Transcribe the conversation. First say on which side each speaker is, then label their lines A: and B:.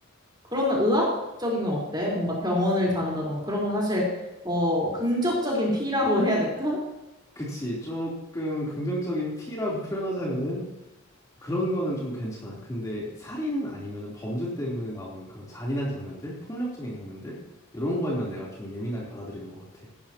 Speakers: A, on the right (about 20°); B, on the left (about 15°).
A: 그러면 의학적인 건 어때? 뭔가 병원을 다룬다던가 그런 건 사실 어 긍정적인 P라고 해야 될까?
B: 그치 조금 긍정적인 피라고 <laughs> 표현하자면은 그런 거는 좀 괜찮아. 근데 살인 아니면은 범죄 때문에 나오는 그런 잔인한 장면들, 폭력적인 장면들 이런 거에만 내가 좀 예민하게 받아들이는 것 같아.